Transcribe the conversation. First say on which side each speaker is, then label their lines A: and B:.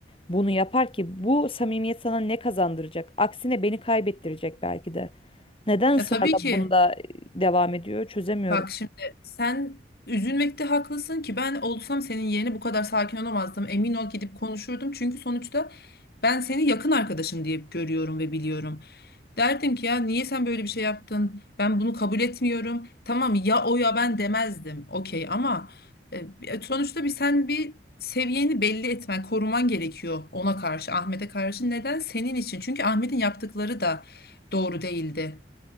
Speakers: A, on the left; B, on the left.
A: bunu yapar ki? Bu samimiyet sana ne kazandıracak? Aksine beni kaybettirecek belki de. Neden ısrarla
B: Ya tabii ki
A: bunda e, devam ediyor? Çözemiyorum.
B: bak şimdi sen üzülmekte haklısın ki ben olsam senin yerine bu kadar sakin olamazdım. Emin ol gidip konuşurdum. Çünkü sonuçta ben seni yakın arkadaşım diye görüyorum ve biliyorum. Derdim ki ya niye sen böyle bir şey yaptın? Ben bunu kabul etmiyorum. Tamam ya o ya ben demezdim. Okey ama e, e, sonuçta bir sen bir seviyeni belli etmen, koruman gerekiyor ona karşı, Ahmet'e karşı. Neden? Senin için. Çünkü Ahmet'in yaptıkları da doğru değildi.